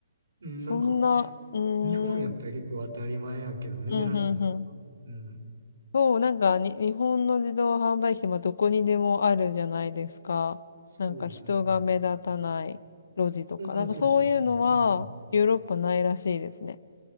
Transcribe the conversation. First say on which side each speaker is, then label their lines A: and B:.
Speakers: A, on the right; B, on the left.
A: うん、
B: そんな、
A: なんか、
B: うーん。
A: 日本やったら結構当たり前やけど、
B: うん
A: 珍しいんか。
B: うんうん。
A: うん。
B: そう、なんかに、日本の自動販売機って、まあ、どこにでもあるじゃないですか。
A: そうですね。
B: なんか人が目立たない路地とか。
A: うん。うん、
B: なんかそういうのはヨーロッパないらしいですね。
A: そうそうそう。うんうん。